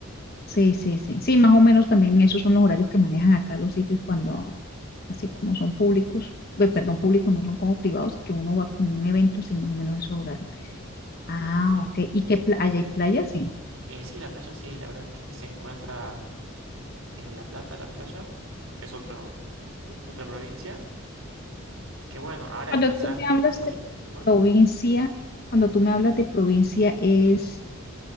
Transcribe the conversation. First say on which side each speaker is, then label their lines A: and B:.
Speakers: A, on the left; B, on the right.
A: Sí, sí, sí. Sí, más o menos también esos son los horarios que manejan acá los sitios cuando, así como son públicos, ve,
B: Sí,
A: perdón, públicos no son como privados, y que uno va como a un evento, sí, más o menos esos horarios. Ah,
B: sí, sí.
A: ok. ¿Y qué playa? ¿Hay playa? Sí.
B: Eh, sí, la playa sí, la verdad es que sí se encuentra en La Plata, la playa. Es otro, ot- otra provincia. Que bueno, ahora
A: Cuando
B: quizás
A: tú me hablas
B: por
A: de
B: el clima.
A: provincia, cuando tú me hablas de provincia es